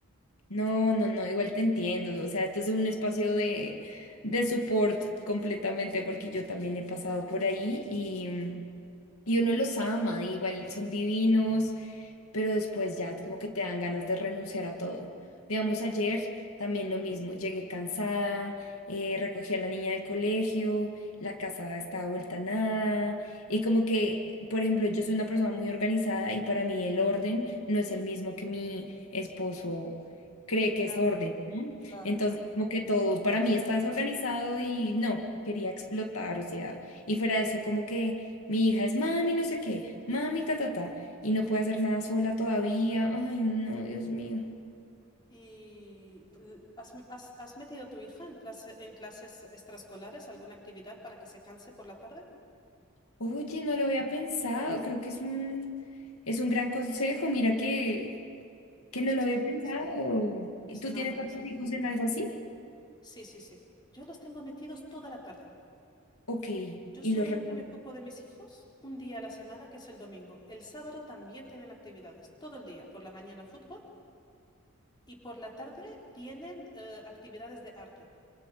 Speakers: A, on the left (about 85°); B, on the left (about 20°).
A: No, no, no, igual te entiendo. O sea, esto es un espacio de, de support completamente porque yo también he pasado por ahí y, mm, y uno los ama, igual son divinos, pero después ya como que te dan ganas de renunciar a todo. Digamos, ayer también lo mismo, llegué cansada, eh, recogí a la niña del colegio, la casa estaba vuelta a nada y como que, por ejemplo, yo soy una persona muy organizada y para mí el orden no es el mismo que mi esposo cree que
B: Claro,
A: es orden, ¿no?
B: claro,
A: Entonces,
B: claro.
A: como que todo para mí está desorganizado y no, quería explotar, o sea, y fuera de eso, como que mi hija es mami, no sé qué, mami, ta, ta, ta, y no puede hacer nada sola todavía, ay, no, Dios mío.
B: ¿Y l- has, has- has metido a tu hija en clase- en clases extraescolares, alguna actividad para que se canse por la tarde?
A: Oye, no lo había pensado, creo que es un, es un gran consejo, mira que, que
B: Eso
A: no lo
B: es
A: había
B: mano
A: pensado.
B: de santo. Es
A: ¿Y ¿Tú
B: mano
A: tienes
B: de
A: a tus
B: santo.
A: hijos en algo así?
B: Sí, sí, sí. Yo los tengo metidos toda la tarde.
A: Ok, y
B: Yo solamente
A: los recuerdas.
B: me ocupo de mis hijos un día a la semana, que es el domingo. El sábado también tienen actividades, todo el día. Por la mañana fútbol y por la tarde tienen eh, actividades de arte.